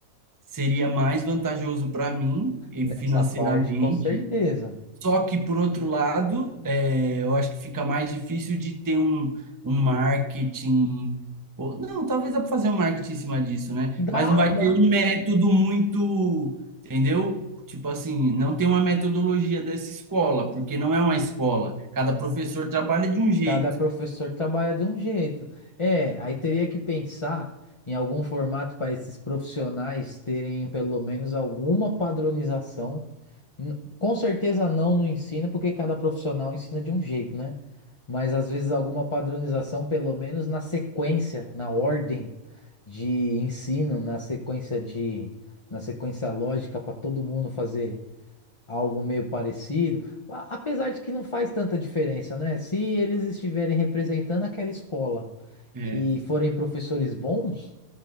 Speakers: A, on the right (about 15°); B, on the left (about 25°).
A: seria mais vantajoso para mim e
B: nessa
A: financeiramente.
B: parte, com certeza.
A: Só que, por outro lado, é, eu acho que fica mais difícil de ter um, um marketing. ou- não, talvez dá para fazer um marketing em cima disso, né?
B: Dá,
A: Mas não vai
B: dá.
A: ter um método muito. Entendeu? Tipo assim, não tem uma metodologia dessa escola, porque não é uma escola. Cada professor trabalha de um jeito.
B: Cada professor trabalha de um jeito. É, aí teria que pensar em algum formato para esses profissionais terem pelo menos alguma padronização. N- Com certeza não no ensino, porque cada profissional ensina de um jeito, né? Mas às vezes alguma padronização, pelo menos na sequência, na ordem de ensino, na sequência de, na sequência lógica para todo mundo fazer algo meio parecido, a- apesar de que não faz tanta diferença, né? Se eles estiverem representando aquela escola
A: É,
B: e forem professores bons,